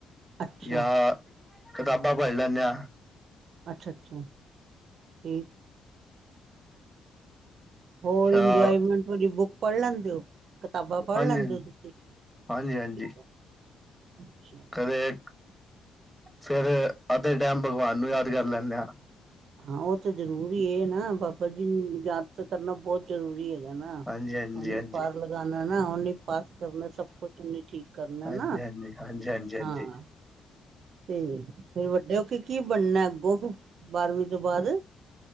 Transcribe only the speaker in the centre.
ਜਾਂ ਕਿਤਾਬਾਂ ਪੜ੍ਹ ਲੈਂਦੇ ਹਾਂ।
ਜਾਂ
ਹਾਂਜੀ
ਹਾਂਜੀ
ਹਾਂਜੀ ਹਾਂਜੀ
ਕਦੇ, ਫੇਰ ਅੱਧੇ ਟਾਈਮ ਭਗਵਾਨ ਨੂੰ ਯਾਦ ਕਰ ਲੈਂਦੇ ਹਾਂ।
ਹਾਂਜੀ ਹਾਂਜੀ
ਹਾਂਜੀ
ਹਾਂਜੀ
ਹਾਂਜੀ ਹਾਂਜੀ ਹਾਂਜੀ ਹਾਂਜੀ ਹਾਂਜੀ